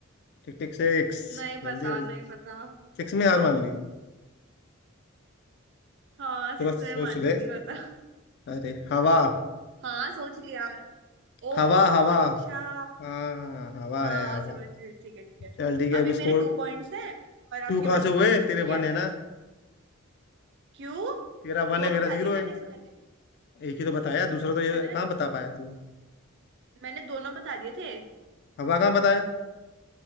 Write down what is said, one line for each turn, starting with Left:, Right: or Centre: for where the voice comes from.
Left: tick tick six
Right: नहीं पता
Left: जल्दी
Right: नहीं पता
Left: सिक्स में हार मान ली
Right: हाँ सिक्स
Left: थोड़ा सोच
Right: में मान
Left: ले
Right: ली नहीं होता
Left: अरे हवा
Right: हाँ सोच लिया ओ
Left: हवा हवा
Right: अच्छा
Left: हाँ हवा
Right: हाँ
Left: है हवा
Right: समझ गई ठीक है ठीक है
Left: चल ठीक है
Right: अभी
Left: अभी
Right: मेरे
Left: स्कोर
Right: टू पॉइंट्स हैं और आपके
Left: टू कहाँ
Right: वन
Left: से हुए
Right: पॉइंट्स
Left: तेरे
Right: है ठीक है
Left: वन है ना
Right: क्यों
Left: तेरा वन
Right: दो
Left: है मेरा
Right: बता दिए
Left: जीरो है
Right: मैंने इससे पहले
Left: एक ही तो बताया दूसरा तो ये
Right: मैंने
Left: कहाँ बता पाया तू
Right: मैंने दोनों बता दिए थे
Left: हवा कहाँ बताया